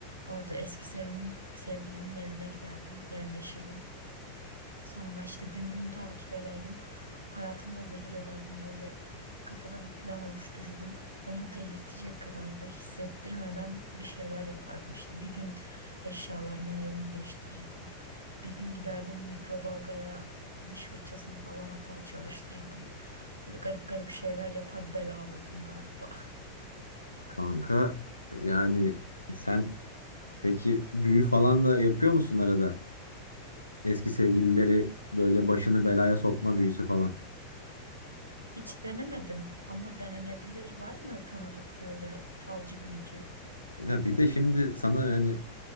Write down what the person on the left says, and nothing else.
Kanka yani sen peki büyü falan da yapıyor musun arada? eski sevgilileri böyle başını belaya sokma büyüsü falan.
Ya bir de şimdi sana yani